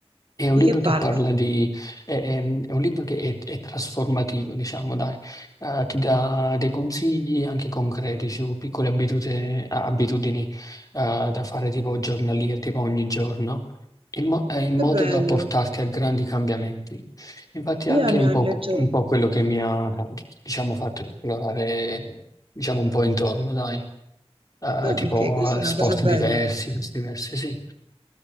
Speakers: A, on the left; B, on the right.
A: È un
B: di
A: libro
B: che parla?
A: che parla di, è, è- è un libro che è, è trasformativo, diciamo, dai, Eh, ti dà dei consigli anche concreti su piccole abitudini, abitudini, eh, da fare tipo giornaliere, tipo ogni giorno, in, mo- eh, in
B: Che
A: modo
B: bello.
A: da portarti a grandi cambiamenti. Infatti è anche
B: Io ne
A: un
B: ho
A: po',
B: letto...
A: un po' quello che mi ha, diciamo, fatto esplorare, diciamo, un po' intorno, dai, Eh,
B: Ah,
A: tipo
B: ok, questa
A: eh,
B: è
A: sport
B: una cosa bella.
A: diversi, cose diverse, sì.